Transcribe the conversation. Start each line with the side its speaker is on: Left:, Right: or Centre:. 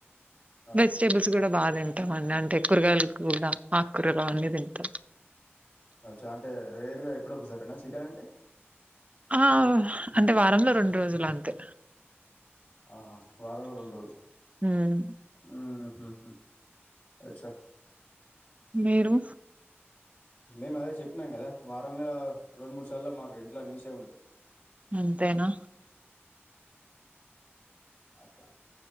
Left: ఆ
Right: వెజిటేబుల్స్ కూడా బాగా తింటాం అండి అంటే కూరగాయలు కూడా ఆకూరలు అన్నీ తింటాం
Left: అచ్చా అంటే రేర్గా ఎప్పుడో ఒకసారేనా చికెన్ అంటే
Right: ఆ అంటే వారంలో రెండు రోజులు అంతే
Left: ఆహా వారంలో రొండు రోజులు
Right: హ్మ్.
Left: ఉమ్ ఉహు అచ్చా
Right: మీరు
Left: మేము అదే చెప్పినాం కదా వారంలా రెండు మూడు సార్లు మాకు ఇంట్లా నీసే ఉంటాది.
Right: అంతేనా
Left: అట్లా.